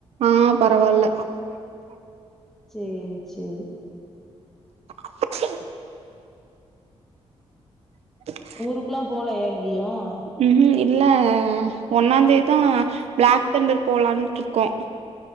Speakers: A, on the right (about 75°); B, in the centre.
A: ஆ பரவால்ல
B: சேர் சேரி
A: <unintelligible> <inaudible> <inaudible>
B: ஊருக்கேல்லாம் போலய்யா எங்கயும் ‌
A: ம்ம்ம் இல்ல ஒன்னாந்தேதிதான் பிளாக் தண்டர் போலான்ட்டு இருக்கோம்